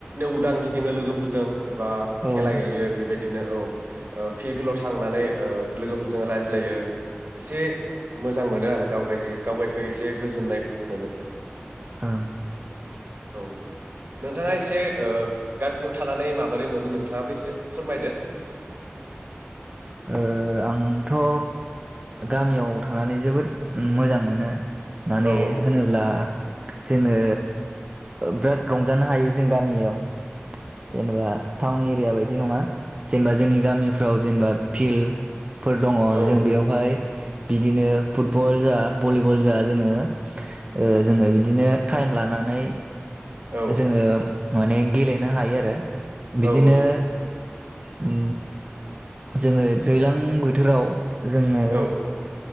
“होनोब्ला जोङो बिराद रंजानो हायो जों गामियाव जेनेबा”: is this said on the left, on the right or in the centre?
Right